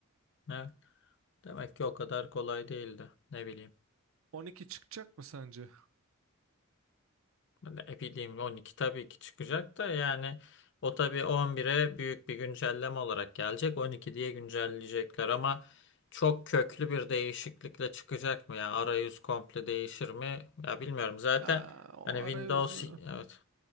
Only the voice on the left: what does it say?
Evet. Demek ki o kadar kolay değildi. Ne bileyim.
Ne bileyim 12 tabii ki çıkacak da yani o tabii 11'e büyük bir güncelleme olarak gelecek. 12 diye güncelleyecekler ama çok köklü bir değişiklikle çıkacak mı yani Arayüz komple değişir mi? Ya bilmiyorum. Zaten
hani Windows
si- evet